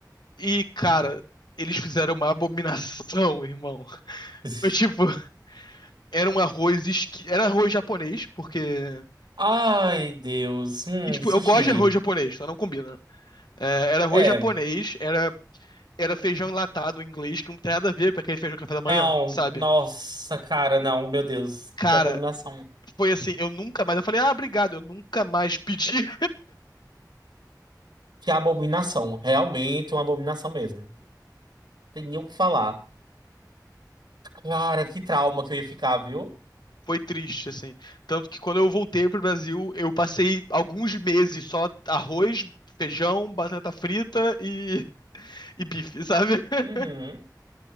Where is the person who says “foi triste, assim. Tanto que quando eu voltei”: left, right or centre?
Left